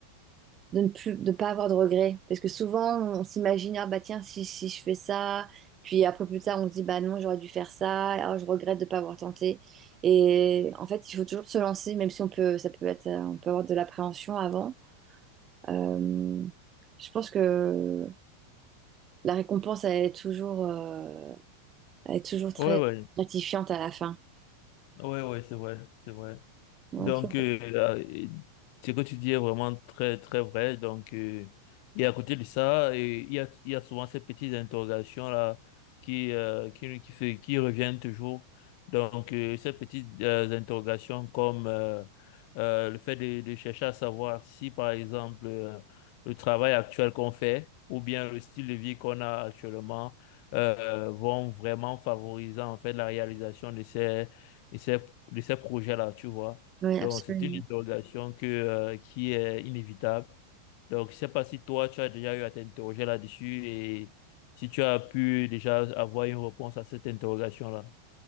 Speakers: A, on the right; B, on the left.
A: de ne plus, de pas avoir de regrets. Parce que souvent, on s'imagine, ah bah tiens, si, si je fais ça, puis après plus tard, on se dit, bah non, j'aurais dû faire ça, ah, je regrette de ne pas avoir tenté. Et en fait, il faut toujours se lancer, même si on peut, ça peut être, euh, on peut avoir de l'appréhension avant. Euh, je pense que la récompense, elle est toujours, euh, elle est toujours très
B: Ouais, ouais.
A: gratifiante à la fin.
B: Ouais, ouais, c'est vrai, c'est vrai.
A: Ouais,
B: Donc,
A: faut-
B: euh, euh, ce que tu dis est vraiment très, très vrai. Donc, euh, et à côté de ça, euh, il y a, il y a souvent ces petites interrogations-là qui, euh, qui, qui, se- qui reviennent toujours. Donc, euh, ces petites euh, interrogations comme euh, euh, le fait de, de chercher à savoir si, par exemple, euh, le travail actuel qu'on fait ou bien le style de vie qu'on a actuellement euh, vont vraiment favoriser en fait la réalisation de ces, de ces, de ces projets-là, tu vois.
A: ouais,
B: Donc,
A: absolument.
B: c'est une interrogation que, euh, qui est inévitable. Donc, je sais pas si toi, tu as déjà eu à t'interroger là-dessus et si tu as pu déjà avoir une réponse à cette interrogation-là.